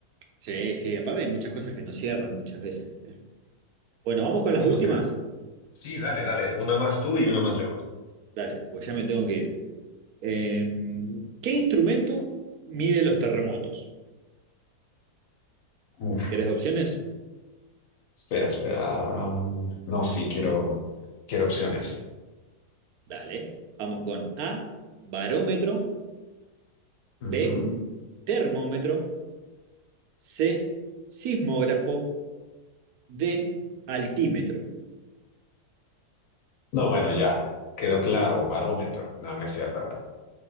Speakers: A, on the right (about 70°); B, on the left (about 60°).
A: sí, sí, aparte hay muchas cosas que no cierran muchas veces. ¿viste? Bueno, vamos con
B: Sí,
A: las últimas.
B: nunca. Sí, dale, dale. Una más tú y una más yo.
A: Dale, pues ya me tengo que ir. Em, ¿qué instrumento mide los terremotos?
B: Uf,
A: ¿Querés opciones?
B: espera, espera. Um, no, sí, quiero, quiero opciones.
A: Dale. Vamos con A, barómetro, B,
B: Ujú.
A: termómetro, C, sismógrafo, D, altímetro.
B: No, bueno, ya. Quedó claro, barómetro. No, no es cierto.